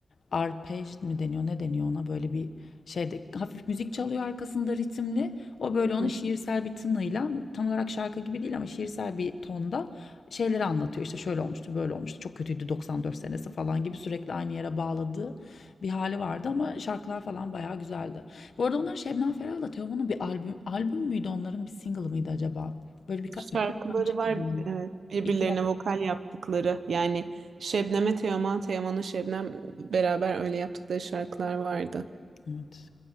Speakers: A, on the left (about 85°); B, on the right (about 85°).
A: arpej mi deniyor ne deniyor ona böyle bir şeyde hafif müzik çalıyor arkasında ritimli o böyle onu
B: hı.
A: şiirsel bir tınıyla tam olarak şarkı gibi değil ama şiirsel bir tonda şeyleri anlatıyor. İşte şöyle olmuştu, böyle olmuştu. Çok kötüydü 94 senesi falan gibi sürekli aynı yere bağladığı bir hali vardı ama şarkılar falan bayağı güzeldi. Bu arada onların Şebnem Ferah'la Teoman'ın bir albüm albüm müydü onların bir single mıydı acaba? Böyle bir
B: Şarkıları
A: iki yıl önce miydi?
B: var
A: ya?
B: evet, birbirlerine
A: İki yabancı.
B: vokal yaptıkları yani Şebnem'e Teoman, Teoman'a Şebnem beraber öyle yaptıkları şarkılar vardı.
A: Evet.